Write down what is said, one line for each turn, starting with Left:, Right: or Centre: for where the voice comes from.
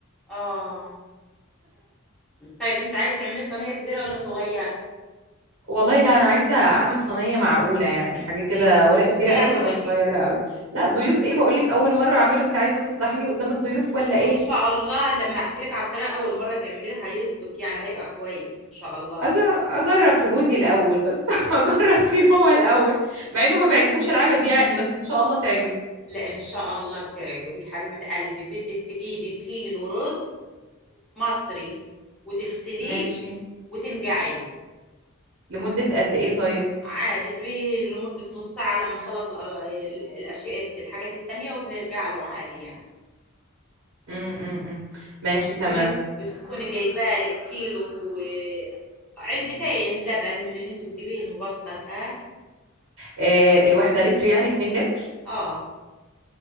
Centre: اه طيب انت عايز تعملي صينية كبيرة ولا صغيرة
Right: والله لا انا عايزه اعمل صينيه معقوله يعني حاجه كده
Centre: جاي لك
Right: ولا
Centre: ضيوف
Right: كبيره
Centre: يعني
Right: قوي ولا
Centre: ولا
Right: صغيره
Centre: ايه
Right: قوي لا ضيوف ايه بقول لك اول مره اعمله انت عايزه تفضحيني قدام الضيوف ولا ايه
Centre: ان شاء الله لما احكي لك على الطريقة اول مرة تعمليها هيظبط يعني هيبقى كويس ان شاء الله
Right: أج- اجرب في جوزي الاول بس <laughs> اجرب فيه هو الاول مع انه ما بيعجبوش العجب يعني بس ان شاء الله تعجب
Centre: لا ان شاء الله بتعجبي يا حبيبة قلبي بدك تجيبي كيلو رز مصري وتغسليه
Right: ماشي
Centre: وتنقعيه
Right: لمده قد ايه طيب
Centre: عادي سيبيه لمدة نص ساعة لما نخلص الأغ- الاشياء الحاجات التانية وبنرجع له عادي يعني
Right: امم ماشي تمام
Centre: تكوني بتكوني جايبه لك كيلو آه، علبتين لبن من اللي انتوا بتجيبيه المبستر هاد
Right: إيه الواحده لتر يعني 2 لتر
Centre: اه